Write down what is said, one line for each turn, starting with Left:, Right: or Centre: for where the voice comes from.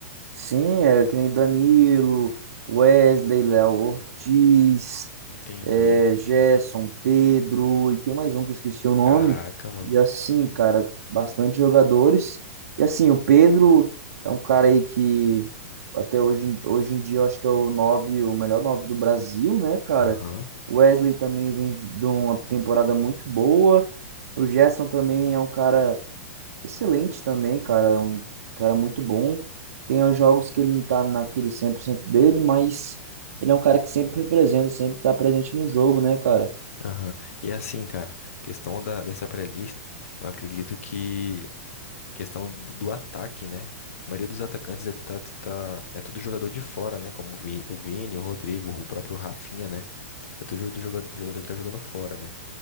Right: Sim, é que nem Danilo, Wesley, Léo Ortiz,
Left: Entendi.
Right: é, Gerson, Pedro, e tem mais um que eu esqueci o nome.
Left: Caraca, mano.
Right: E assim, cara, bastante jogadores. E assim, o Pedro é um cara aí que até hoje, em- hoje em dia eu acho que é o nove o melhor nove do Brasil, né, cara?
Left: Aham,
Right: O Wesley também vem de uma temporada muito boa. O Gerson também é um cara Excelente também, cara. é Um cara muito bom. Tem os jogos que ele não tá naquele 100% dele, mas ele é um cara que sempre representa, sempre tá presente no jogo, né, cara?
Left: aham. E assim, cara, questão da, dessa pré-lista, eu acredito que questão do, do ataque, né? A maioria dos atacantes é, tá, tá- tá, é tudo jogador de fora, né? Como o Vi- o Vini, o Rodrigo, o próprio Rafinha, né? É tudo jo- do joga- jogador que tá jogando fora, né?